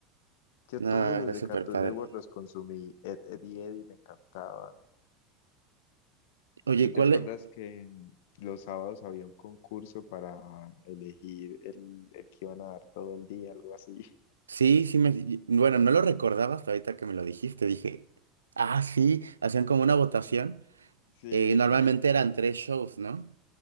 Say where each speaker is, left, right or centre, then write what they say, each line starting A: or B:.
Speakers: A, on the left; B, on the right.
A: Yo
B: No,
A: todos los
B: era
A: de
B: súper
A: Cartoon
B: padre.
A: Network los consumí. Ed, Ed y Eddie me encantaban.
B: Oye,
A: ¿Tú te
B: ¿cuál,
A: acuerdas que mm, los sábados había un concurso para elegir el, el que iban a dar todo el día, algo así? <laughs>
B: Sí, sí me... y- Bueno, no lo recordaba hasta ahorita que me lo dijiste. Dije, ah, sí, hacían como una votación.
A: Sí,
B: Eh, normalmente
A: <laughs>
B: eran tres shows, ¿no?